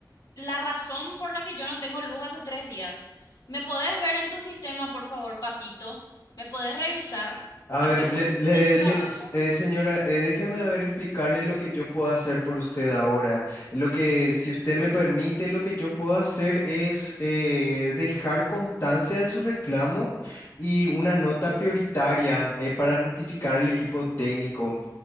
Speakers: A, on the left (about 75°); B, on the left (about 50°).
A: la razón por la que yo no tengo luz hace tres días. ¿Me podés ver en tu sistema, por favor, papito? ¿Me podés revisar?
B: A
A: Hace
B: ver,
A: un
B: le-
A: poquito
B: le-
A: tu trabajo.
B: le- s- eh, señora, eh, déjeme a ver explicarle lo que yo puedo hacer por usted ahora. Lo que, si usted me permite, lo que yo puedo hacer es eh, dejar constancia de su reclamo y una nota prioritaria eh, para notificar al equipo técnico.